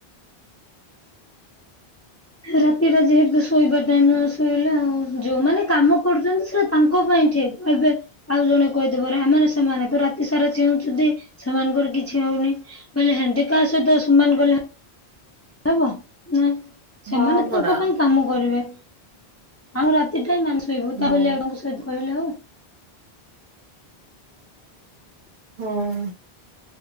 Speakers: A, on the left; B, on the right.
A: ରାତି ଟା ଯେହେତୁୁ ଶୋଇବା ଟାଇମ ନ ଶୋଇଲେ ଆଉ ଯୋଉ ମାନେ କାମ। କରୁଛନ୍ତି ସେଟା ତାଙ୍କ ପାଇଁ ଠିକ ଏବେ। ଆଉ ଜଣେ କହିଦେବେ ରା ମାନେ ସେମାନେ ତ ରାତି ସାରା ଚେଉଁଛନ୍ତି ସେମାନଙ୍କର କିଛି ହଉନି। ବୋଇଲେ ହେନ୍ତି କାହା ସହିତ ସମାନ କଲେ। ଆଉ କଁ ନାଁ ସେମାନେ
B: ହଁ ପରା
A: ତାଙ୍କ ପାଇଁ କାମ କରିବେ। ଆମେ ରାତି ଟାଇମ୍ ଆମେ ଶୋଇବୁ
B: ହଁ
A: ତା ବୋଲି ଆଉ କାଇଁତେ ସୋଇତେ କହିଲେ ହବ।
B: ହଁ।